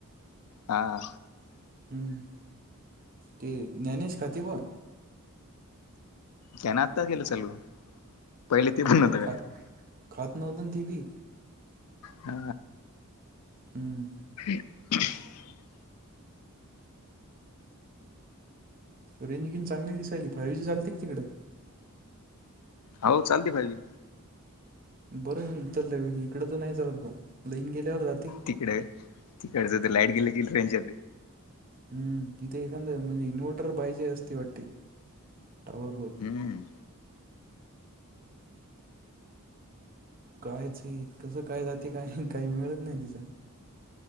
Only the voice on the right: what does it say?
हम्म.... ते ज्ञानेश खातिबा...
हो
खात
खात नव्हत न ते बी....
हम्म....
रेंज किन चांगली दिसायली फायव्ह जी चालते का तिकड?
बर म इ इकड तर नाही चालत बा लाईन गेल्यावर रा...
हम्म, तिथे एखादा म्हणजे इन्व्हर्टर पाहिजे असते वाटते. टॉवर वर....
कायेचे कस काय जाते काय काही मिळत नाही तिचा...